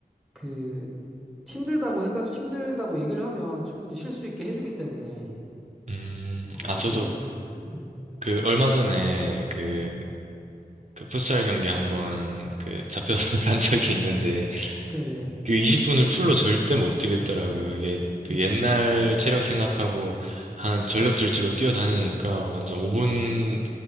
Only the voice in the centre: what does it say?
그 힘들다고 해가지고 힘들다고 얘기를 하면 충분히 쉴 수 있게 해주기 때문에
어,
네, 음,
네,
네, 네,
음,
음,
음,